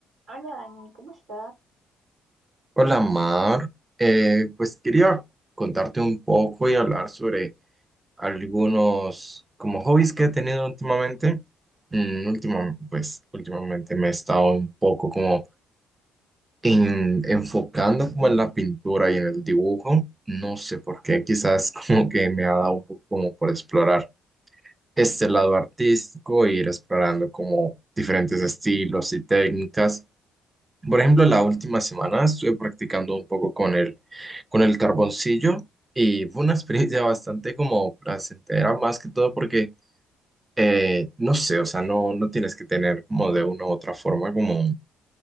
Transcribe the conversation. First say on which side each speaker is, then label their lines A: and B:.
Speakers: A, on the right; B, on the right.
A: Hola Dani, ¿cómo estás?
B: Hola Mar, Eh, pues quería contarte un poco y hablar sobre algunos como hobbies que he tenido últimamente. Mm, última- pues últimamente me he estado un poco como en- enfocando como en la pintura y en el dibujo. No sé por qué, quizás <laughs> como que me ha dado un poco como por explorar este lado artístico e ir explorando como diferentes estilos y técnicas. Por ejemplo, la última semana estuve practicando un poco con el, con el carboncillo y fue una experiencia <laughs> bastante como placentera, más que todo porque, eh, no sé, o sea, no, no tienes que tener como de una u otra forma como,